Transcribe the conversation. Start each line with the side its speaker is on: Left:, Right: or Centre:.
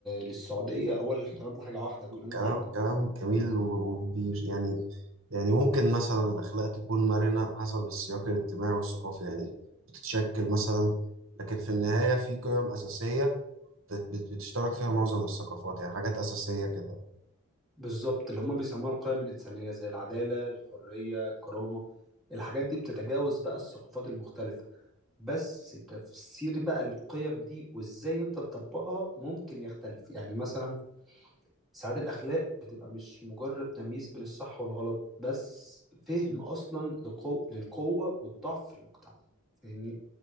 Centre: للسعوديه هو الاحترام ده حاجه واحده كلنا
Right: كلام
Centre: فاهمين
Right: كلام جميل و- وبير يعني يعني ممكن مثلا الأخلاق تكون مرنة حسب السياق الاجتماعي والثقافي يعني بتتشكل مثلا لكن في النهاية في قيم أساسية بت- بت- بتشترك فيها معظم الثقافات يعني حاجات أساسية كده
Centre: بالظبط اللي هم بيسموها القيم الإنسانية زي العدالة الحرية الكرامة الحاجات دي بتتجاوز بقى الثقافات المختلفة بس تفسير بقى القيم دي وإزاي أنت تطبقها ممكن يختلف يعني مثلا ساعات الأخلاق بتبقى مش مجرد تمييز بين الصح والغلط بس فهم أصلا لقو... للقوة والضعف في المجتمع فاهمني